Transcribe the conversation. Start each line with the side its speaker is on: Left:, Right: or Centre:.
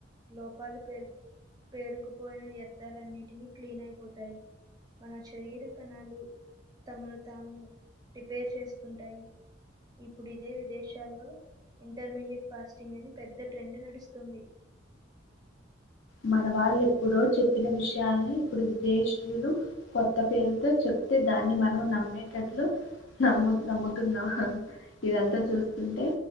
Right: లోపాల్ పెరు పేరుకుపోయిన వ్యర్థాలన్నిటినీ క్లీన్ అయిపోతాయి మన శరీర కణాలు తమను తాము రిపేర్ చేసుకుంటాయి ఇప్పుడు ఇదే విదేశాల్లో ఇంటర్మీడియట్ ఫాస్టింగ్ అని పెద్ద ట్రెండ్ నడుస్తుంది
Left: మన వాళ్ళు ఎప్పుడో చెప్పిన విషయాల్ని ఇప్పుడు విదేశీయులు కొత్త పేరుతో చెప్తే దాన్ని మనం నమ్మేటట్లు నమ్ నమ్ముతున్నా హ ఇదంతా చూస్తుంటే